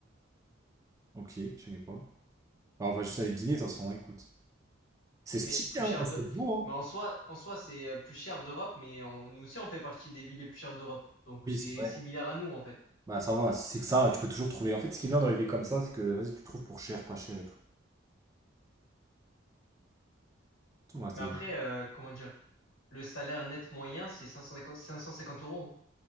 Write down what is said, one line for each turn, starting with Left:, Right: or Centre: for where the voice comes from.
Right: Ok, je savais pas. Bah, on va juste aller dîner, de toute façon, hein, écoute. C'est stylé,
Left: Mais plus
Right: hein,
Left: chères
Right: ouais, c'est
Left: de,
Right: beau,
Left: mais en
Right: hein.
Left: soi, en soi, c'est euh, plus cher d'Europe, mais on- nous aussi, on fait partie des villes les plus chères d'Europe. Donc,
Right: Oui,
Left: c'est
Right: c'est vrai.
Left: similaire à nous, en fait.
Right: Bah, ça va, si c'est que ça, tu peux toujours trouver. En fait, ce qui est bien dans les villes comme ça, c'est que, vas-y, tu trouves pour cher, pas cher et tout. Tout, ouais, c'est,
Left: Mais après, euh, comment dire, le salaire net moyen, c'est 550, 550 euros.